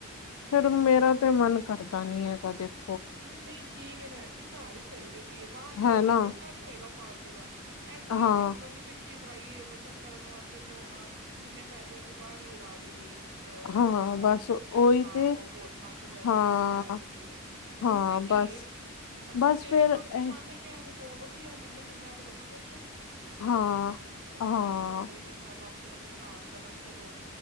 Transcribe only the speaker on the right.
ਨਹੀਂ ਠੀਕ ਹੈ ਭੈਣ ਜੀ ਘਰ ਹੀ ਸਹੀ ਰਹਿੰਦੀ ਹੈ। ਬਾਹਰ ਜਾਓਗੇ
ਖਰਚਾ ਨੀ ਹੋਏਗਾ ਫਾਲਤੂ ਦਾ ਇਹ ਥੋੜ੍ਹੀ
ਕਿ ਹੁੰਗਾ ਸੀ ਕਿ, ਟੀ ਪਾਈਏ ਬੱਚਤ ਕਰਨ ਵਾਸਤੇ ਤੇ ਹੁਣ ਕਿੰਨੇ ਪੈਸੇ ਅਸੀਂ ਬਾਹਰ ਹੀ ਉਡਾ ਦੇਈਏ।
ਇੱਧਰ ਜਾ
ਇਹ ਖਾਓ
ਹੋਟਲਾਂ ਚ ਜਾਈਏ
ਕਿਰਾਇਆ ਦੇਈਏ। ਜ਼ਰੂਰਤ
ਹੀ ਕੀ
ਏ ਅਸੀ
ਤਾ ਸੇਵਿੰਗ
ਵਾਸਤੇ
ਪਾਦੇ ਪਏ ਆ ਦੱਸੋ ਵਧੀਆ ਮੈਨੂੰ ਤੇ ਮੈਂ ਤੇ ਬੜੀ ਖੁਸ਼ ਹਾਂ ਇਹ ਗੱਲ
ਤੋਂ ਉਹ
ਘਰ ਹੀ ਕਰ ਰਹੇ ਨੇ ਸਭ ਆਪ ਆਪਣੇ ਆਪਣੇ ਘਰ ਕਰਨ ਚਲੋ